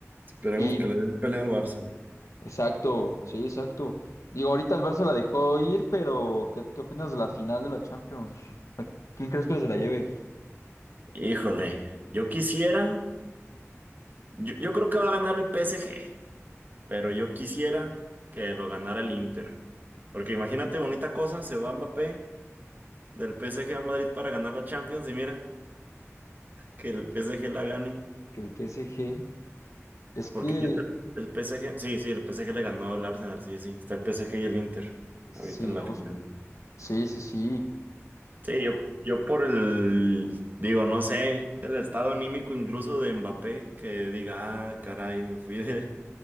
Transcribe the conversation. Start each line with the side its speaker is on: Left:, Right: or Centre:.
Right: Esperemos
Left: Y
Right: que le den pelea al Barça.
Left: exacto, sí, exacto. Digo, ahorita el Barça la dejó ir, pero ¿qué, qué opinas de la final de la Champions? ¿A quién crees que se la lleve?
Right: Híjole, yo quisiera, yo, yo creo que va a ganar el PSG, pero yo quisiera que lo ganara el Inter. Porque imagínate, bonita cosa, se va Mbappé del PSG al Madrid para ganar la Champions y mira, que el PSG la gane.
Left: Que el PSG. Es
Right: Porque
Left: que,
Right: ya está el el PSG, sí, sí, el PSG le ganó al Arsenal, sí, sí, está el PSG y el Inter
Left: sí,
Right: ahorita en la
Left: justo.
Right: final.
Left: Sí, sí, sí.
Right: Sí, yo, yo por el, digo, no sé, el estado anímico incluso de Mbappé, que diga, ah, caray, me fui de-